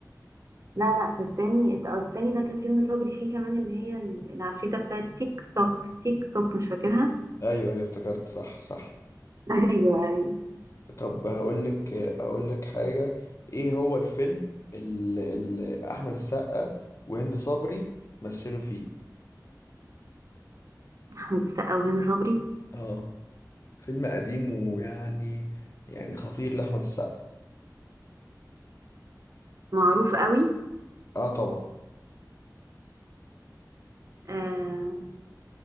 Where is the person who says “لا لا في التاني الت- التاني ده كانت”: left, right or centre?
Right